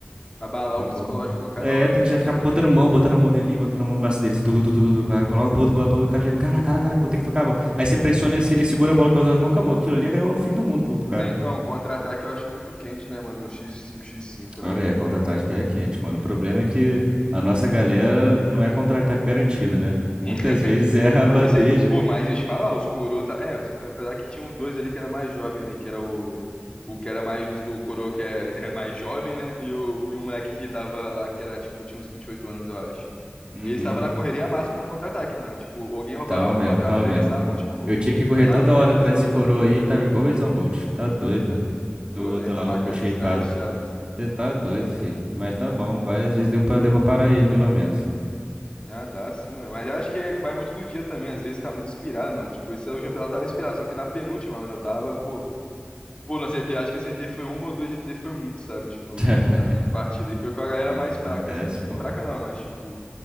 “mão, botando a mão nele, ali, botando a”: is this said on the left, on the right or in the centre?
Right